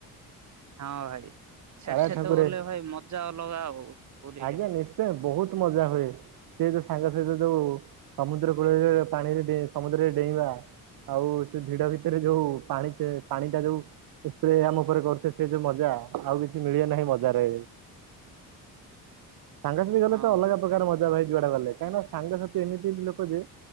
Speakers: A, on the right (about 50°); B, on the right (about 65°).
A: ହଁ ଭାଇ। ସେଠି
B: କାଳିଆ ଠାକୁରେ
A: ତ ଗଲେ ଭାଇ ମଜା ଅଲଗା ହଉ ପୁରୀରେ।
B: ଆଜ୍ଞା ନିଶ୍ଚୟ ବହୁତ ମଜା ହୁଏ ସେ ଯୋ ସାଙ୍ଗ ସହିତ ଯୋଉ ସମୁଦ୍ର କୂଳରେ ପାଣିରେ ଡେଁ ସମୁଦ୍ରରେ ଡେଇଁବା ଆଉ ସେ ଭିଡ ଭିତେରେ ଯୋଉ ପାଣି ସେ ପାଣି ଟା ଯୋଉ ସ୍ପ୍ରେ ଆମ ଉପରେ କରୁଥିବେ ସେ ଯୋଉ ମଜା ଆଉ କିଛି ମିଳିବ ନାହିଁ ମଜାରେ। ସାଙ୍ଗସାଥି ଗଲେ
A: ହଁ
B: ତ ଅଲଗା ପ୍ରକାର ମ ଜା ଭାଇ ଯୁଆଡେ ଗଲେ କାହିଁକିନା ସାଙ୍ଗସାଥି ଏମିତି ଲୋକ ଯେ